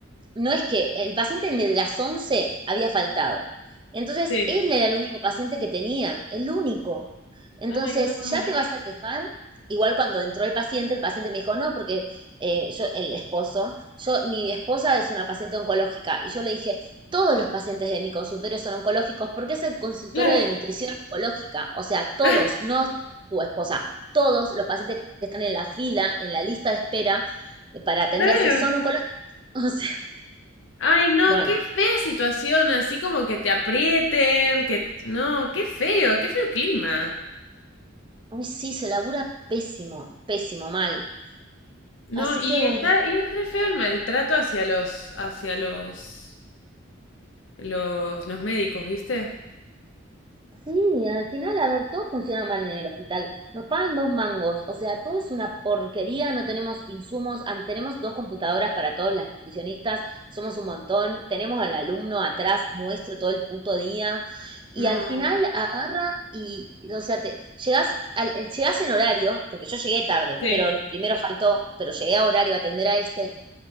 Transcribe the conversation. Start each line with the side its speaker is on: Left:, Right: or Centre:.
Right: no es que el paciente de las 11 había faltado. Entonces,
Left: sí.
Right: él era el único paciente que tenía, el único. Entonces,
Left: Ay, no.
Right: ya te vas a quejar. Igual cuando entró el paciente, el paciente me dijo, no, porque eh, yo, el esposo, yo, mi esposa es una paciente oncológica. Y yo le dije, todos los pacientes de mi consultorio son oncológicos porque es el consultorio
Left: Claro.
Right: de nutrición oncológica. O sea, todos,
Left: <laughs>
Right: no tu esposa, todos los pacientes que están en la fila, en la lista de espera eh, para atenderse,
Left: Claro.
Right: son oncológicos. <laughs> O sea,
Left: Ay, no,
Right: bueno,
Left: qué fea situación, así como que te aprieten, que no, qué feo, qué feo clima.
Right: uy, sí, se labura pésimo, pésimo, mal.
Left: No,
Right: Así
Left: y
Right: que bueno.
Left: está, y es re feo el maltrato hacia los, hacia los, los, los médicos, ¿viste?
Right: Sí, al final, a ver, todo funciona mal en el hospital. Nos pagan dos mangos, o sea, todo es una porquería, no tenemos insumos, an- tenemos dos computadoras para todos las nutricionistas, somos un montón, tenemos al alumno atrás nuestro todo el puto día, y
Left: No,
Right: al final agarra y, y, o sea, te llegas al, llegas en horario, porque yo llegué tarde,
Left: sí,
Right: pero primero faltó, pero llegué a horario a atender a este,